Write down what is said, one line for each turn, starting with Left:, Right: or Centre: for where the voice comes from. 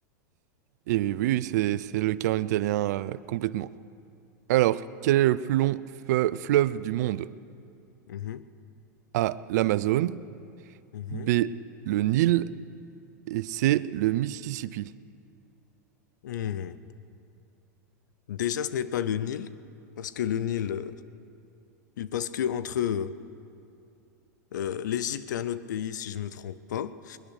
Right: Et oui, oui, c'est c'est le cas en italien euh, complètement. Alors, quel est le plus long fe- fleuve du monde?
Left: Mhm.
Right: A. L'Amazone.
Left: Mhm.
Right: B. Le Nil. Et C. Le Mississippi.
Left: Mhm. Déjà, ce n'est pas le Nil, parce que le Nil, euh, il passe que entre euh, Euh, l'Égypte est un autre pays, si je me trompe pas.